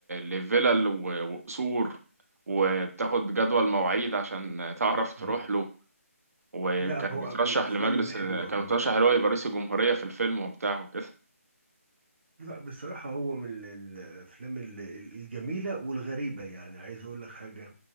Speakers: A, on the right; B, on the right.
A: لفيلل و- وقصور وبتاخد جدول مواعيد عشان تعرف تروح
B: مم.
A: له وكان
B: لا هو
A: مترشح
B: من الافلام
A: لمجلس
B: الحلوه
A: كان
B: اه
A: مترشح اللي هو يبقى رئيس الجمهورية في الفيلم وبتاع وكده
B: لا بصراحه هو من ال- الافلام ال- ال- الجميله والغريبه يعني عايز اقول لك حاجه